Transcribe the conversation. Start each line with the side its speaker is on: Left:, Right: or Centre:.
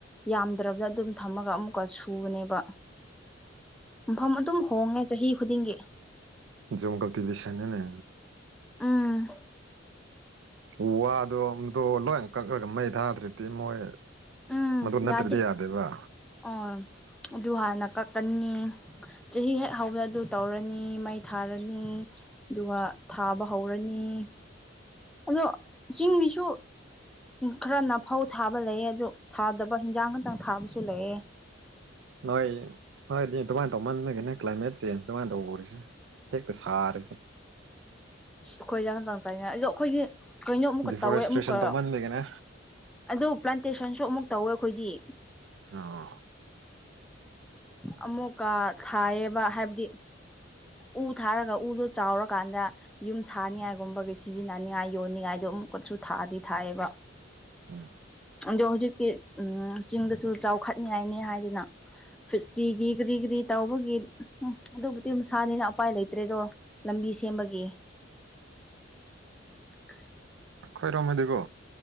Centre: ꯌꯥꯝꯗ꯭ꯔꯕꯗ ꯑꯗꯨꯝ ꯊꯝꯃꯒ ꯑꯃꯨꯛꯀ ꯁꯨꯕꯅꯦꯕ
Right: <unintelligible>
Centre: ꯃꯐꯝ ꯑꯗꯨꯝ ꯍꯣꯡꯉꯦ ꯆꯍꯤ ꯈꯨꯗꯤꯡꯒꯤ
Right: ꯣꯡꯒꯥꯜꯀꯤ ꯁꯅꯅꯦ
Centre: ꯎꯝ
Right: ꯎ ꯋꯥꯗꯣꯗꯣ ꯂꯣꯏꯅ ꯀꯛꯂꯒ ꯃꯩ ꯊꯥꯗ꯭ꯔꯗꯤ ꯃꯣꯏ
Centre: ꯎꯝ
Right: ꯃꯗꯨ ꯅꯠꯇ꯭ꯔꯗꯤ
Centre: ꯌꯥꯗꯦ
Right: ꯌꯥꯗꯦꯕ
Centre: ꯑꯣ ꯑꯗꯨ ꯍꯥꯟꯅ ꯀꯛꯀꯅꯤ ꯆꯍꯤ ꯍꯦꯛ ꯍꯧꯕ ꯑꯗꯨ ꯇꯧꯔꯅꯤ ꯃꯩ ꯊꯥꯔꯅꯤ ꯑꯗꯨꯒ ꯊꯥꯕ ꯍꯧꯔꯅꯤ ꯑꯗꯣ ꯆꯤꯡꯃꯤꯁꯨ ꯈꯔꯅ ꯐꯧ ꯊꯥꯕ ꯂꯩꯑ ꯑꯗꯨ ꯊꯥꯗꯕ ꯍꯟꯖꯥꯡ ꯈꯛꯇꯪ ꯊꯥꯕꯁꯨ ꯂꯩꯑ
Right: ꯅꯣꯏ ꯅꯣꯏꯗꯤ ꯑꯗꯨꯃꯥꯏꯅ ꯇꯧꯃꯟꯅꯒꯤꯅꯦ ꯀ꯭ꯂꯥꯏꯃꯦꯠ ꯆꯦꯟꯖ ꯑꯗꯨꯃꯥꯏꯅ ꯇꯧ ꯎꯔꯤꯁꯦ ꯍꯦꯛꯇ ꯁꯥꯔꯤꯁꯦ
Centre: ꯑꯩꯈꯣꯏꯗ ꯉꯇꯥꯡ ꯆꯥꯏꯉꯥꯏ ꯑꯗꯣ ꯑꯩꯈꯣꯏꯗꯤ ꯀꯩꯅꯣ ꯑꯃꯨꯛꯀ
Right: ꯗꯤꯐꯣꯔꯦꯁꯇ꯭ꯔꯦꯁꯟ
Centre: ꯇꯧꯋꯦ ꯑꯃꯨꯛꯀ
Right: ꯇꯧꯃꯟꯕꯒꯤꯅꯦ
Centre: ꯑꯗꯨ ꯄ꯭ꯂꯥꯟꯇꯦꯁꯟꯁꯨ ꯑꯃꯨꯛ ꯇꯧꯋꯦ ꯑꯩꯈꯣꯏꯗꯤ
Right: ꯑ
Centre: ꯑꯃꯨꯛꯀ ꯊꯥꯏꯌꯦꯕ ꯍꯥꯏꯕꯗꯤ ꯎ ꯊꯥꯔꯒ ꯎꯗꯣ ꯆꯥꯎꯔ ꯀꯥꯟꯗ ꯌꯨꯝ ꯁꯥꯅꯤꯉꯥꯏꯒꯨꯝꯕꯒꯤ ꯁꯤꯖꯤꯟꯅꯅꯤꯡꯉꯥꯏ ꯌꯣꯟꯅꯤꯡꯉꯥꯏꯗꯣ ꯑꯃꯨꯛꯀꯁꯨ ꯊꯥꯛꯑꯗꯤ ꯊꯥꯏꯑꯕ
Right: ꯎꯝ
Centre: ꯑꯗꯣ ꯍꯧꯖꯤꯛꯇꯤ ꯎꯝ ꯆꯤꯡꯗꯁꯨ ꯆꯥꯎꯈꯠꯅꯤꯉꯥꯏꯅꯤ ꯍꯥꯏꯗꯅ ꯐꯦꯛꯇ꯭ꯔꯤꯒꯤ ꯀꯔꯤ ꯀꯔꯤ ꯇꯥꯎꯕꯒꯤ ꯎꯝ ꯑꯗꯨꯕꯨꯗꯤ ꯁꯥꯅꯤꯅ ꯑꯄꯥꯏ ꯂꯩꯇ꯭ꯔꯦꯗꯣ ꯂꯝꯕꯤ ꯁꯦꯝꯕꯒꯤ <unintelligible>
Right: ꯈꯣꯏꯔꯣꯝꯃꯗꯤꯀꯣ